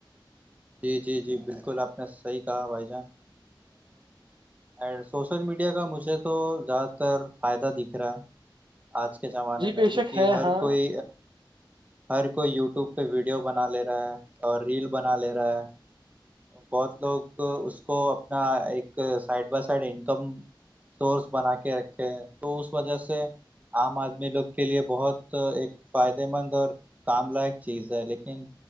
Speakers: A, on the right; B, on the right.
A: جی جی جی بالکل آپ نے صحیح کہا بھائی جان ا سوشل میڈیا کا مجھے تو زیادہ تر فائدہ دکھ رہا ہے آج کے زمانے
B: جی
A: میں
B: بے
A: کیونکہ
B: شک ہے
A: ہر
B: ہاں
A: کوئی ہر کوئی یوٹیوب پہ ویڈیو بنا لے رہا ہے اور ریل بنا لے رہا ہے بہت لوگ اس کو اپنا ایک side by side income source بنا کے رکھے تو اس وجہ سے عام آدمی لوگ کے لیے بہت ایک فائدے مند اور کام لائق چیز ہے لیکن